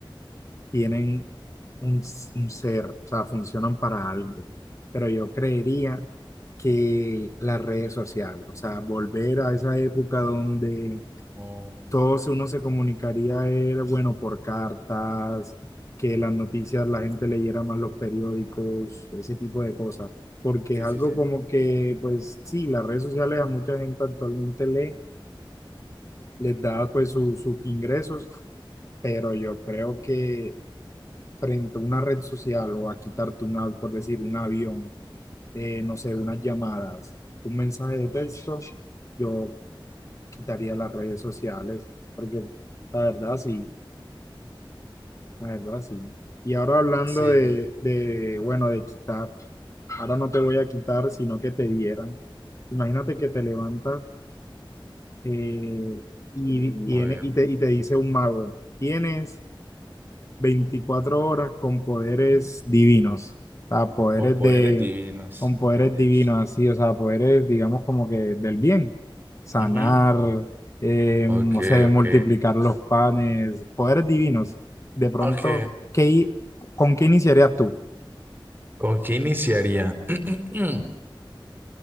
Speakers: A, on the left; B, on the right.
A: tienen un, s- un ser, o sea, funcionan para algo. Pero yo creería que las redes sociales, o sea, volver a esa época donde
B: Oh,
A: todo se- uno se comunicaría era, bueno, por cartas, que las noticias la gente leyera más los periódicos, ese tipo de cosas, porque
B: Sí,
A: es algo
B: sí, sí.
A: como que, pues sí, las redes sociales a mucha gente actualmente lee, les da pues su- sus ingresos, pero yo creo que frente a una red social o a quitarte una, por decir, un avión, eh, no sé, unas llamadas, un mensaje de texto, yo quitaría las redes sociales, porque la verdad sí, la verdad sí. Y ahora hablando
B: sí,
A: de,
B: sí, sí.
A: de, bueno, de quitar, ahora no te voy a quitar, sino que te dieran. Imagínate que te levantas eh, y, tiene,
B: A ver.
A: y, te, y te dice un mago, tienes 24 horas con poderes divinos, o sea, poderes
B: Con poderes
A: de,
B: divinos.
A: con poderes
B: Ay, Dios.
A: divinos así, o sea, poderes, digamos, como que del bien, sanar,
B: Ujú.
A: eh,
B: Ok,
A: no sé, multiplicar
B: ok.
A: los panes, poderes divinos. De pronto,
B: Ok.
A: ¿qué, i- ¿con qué iniciarías tú?
B: ¿Con qué iniciaría? <clears throat>